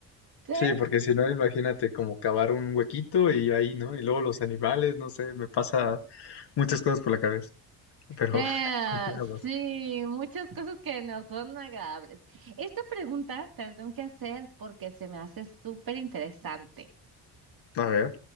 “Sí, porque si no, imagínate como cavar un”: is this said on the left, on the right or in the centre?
Left